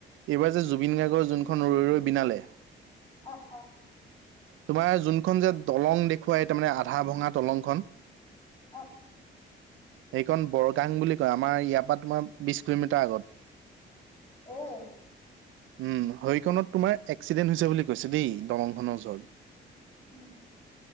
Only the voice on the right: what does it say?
এইবাৰ যে জুবিন গাৰ্গৰ যোনখন ৰৈ ৰৈ বিনালে।
তোমাৰ যোনখন যে দলং দেখুৱাই তাৰমানে আধা ভঙা দলংখন।
সেইখন বৰগাং বুলি। কয় আমাৰ ইয়াৰ পৰা তোমাৰ বিশ কিলোমিটাৰ আগত।
উম হৰিকণত তোমাৰ এক্সিডেণ্ট হৈছে বুলি কৈছে দেই দলংখনৰ ওচৰত।